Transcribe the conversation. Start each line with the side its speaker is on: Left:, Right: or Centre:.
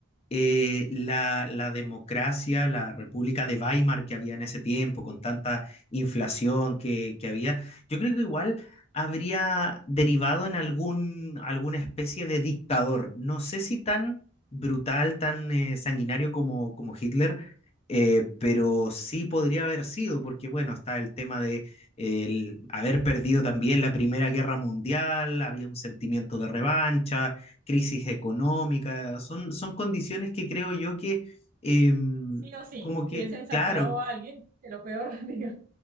Left: eh, la, la democracia, la República de Weimar que había en ese tiempo, con tanta inflación que, que había, yo creo que igual habría derivado en algún, alguna especie de dictador. No sé si tan brutal, tan eh, sanguinario como, como Hitler, eh, pero sí podría haber sido, porque bueno, está el tema de el haber perdido también la Primera Guerra Mundial, había un sentimiento de revancha, crisis económica, son, son condiciones que creo yo que, em,
Right: sí o sí.
Left: como que,
Right: Hubiesen
Left: claro,
Right: sacado a alguien, que lo peor, <laughs> digo,